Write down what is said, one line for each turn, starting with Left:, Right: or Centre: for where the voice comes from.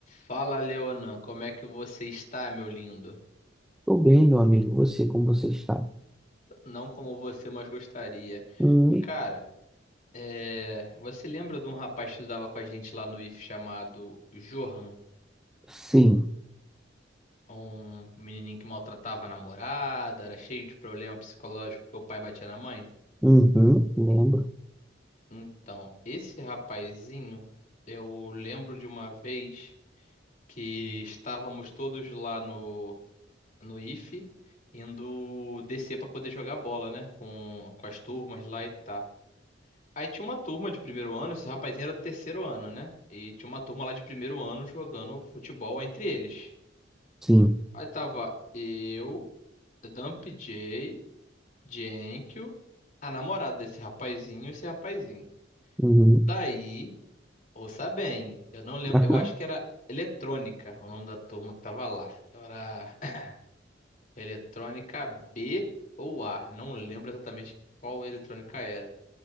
Left: Fala, Leonan, como é que você está, meu lindo?
Centre: Tô bem, meu amigo. Você, como você está?
Left: Não como você, mas gostaria.
Centre: Hum,
Left: Cara, é, você lembra de um rapaz que estudava com a gente lá no IF chamado Johan?
Centre: sim.
Left: Um menininho que maltratava a namorada, era cheio de problema psicológico porque o pai batia na mãe?
Centre: Uhum, lembro.
Left: Então, esse rapazinho, eu lembro de uma vez que estávamos todos lá no, no IF indo descer para poder jogar bola, né? Com, com as turmas lá e tal. Aí tinha uma turma de primeiro ano, esse rapazinho era do terceiro ano, né? E tinha uma turma lá de primeiro ano jogando futebol entre eles.
Centre: Sim.
Left: Aí tava eu, Dump J, Jenkyo, a namorada desse rapazinho e esse rapazinho.
Centre: Uhum.
Left: Daí, ouça bem, eu não lembro,
Centre: <laughs>
Left: eu acho que era Eletrônica o nome da turma que tava lá. Era <laughs> <clears throat> Eletrônica B ou A, não lembro exatamente qual eletrônica era.